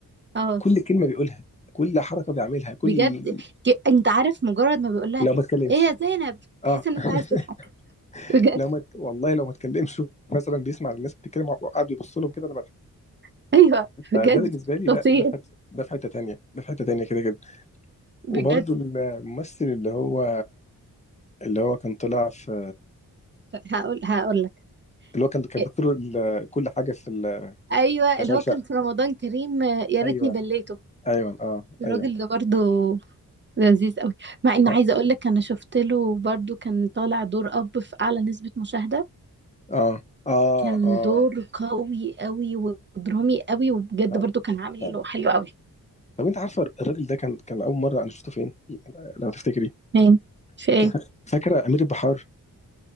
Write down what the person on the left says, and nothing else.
كل كلمة بيقولها كل حركة بيعملها كل
لو ما اتكلمش
آه
<laughs>
لو ما ت- والله لو ما اتكلمش مثلا بيسمع الناس بتتكلم وقاعد يبص لهم كده أنا بضحك
فده بالنسبة لي لا
ده في حتة ده في حتة تانية ده في حتة تانية كده كده
وبرضه الممثل اللي هو اللي هو كان طلع في
اللي هو كان كان
دكتور ال- كل حاجه في ال-
اشغال
شقه
ايوه
ايوه اه
ايوه
اه
اه اه,
آه.
فعلا
فعلا
طب انت عارفه الراجل ده كان كان اول مره انا شفته فين لو تفتكري
كان- فاكره امير البحار